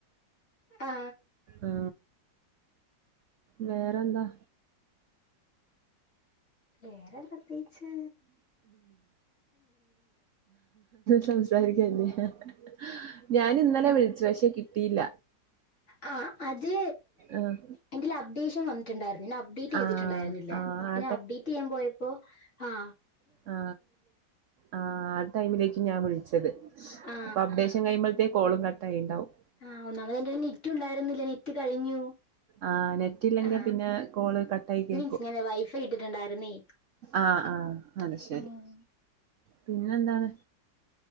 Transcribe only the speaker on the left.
ആ
വേറെ പ്രത്യേകിച്ച്
ആ അത്
എന്റെൽ അപ്ഡേഷൻ വന്നിട്ടുണ്ടായിരുന്നു ഞാൻ അപ്ഡേറ്റ് ചെയ്തിട്ടുണ്ടായിരുന്നില്ല.
അപ്പൊ
ഞാൻ അപ്ഡേറ്റ് ചെയ്യാൻ പോയപ്പോ ആഹ്
ആ
ആഹ് ഒന്നാമതെന്റെൽ നെറ്റും ഉണ്ടായിരുന്നില്ല നെറ്റ് കഴിഞ്ഞു
ആ
മീൻസ് ഞാൻ വൈഫൈ ഇട്ടിട്ടുണ്ടായിരുന്നേ
ഉം